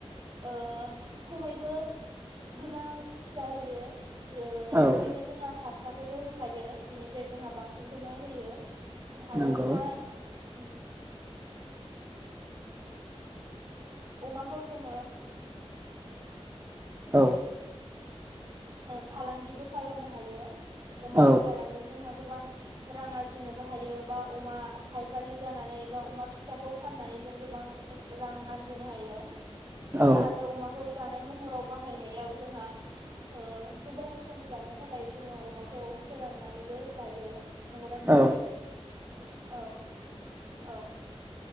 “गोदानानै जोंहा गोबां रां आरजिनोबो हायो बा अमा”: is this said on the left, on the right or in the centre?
Right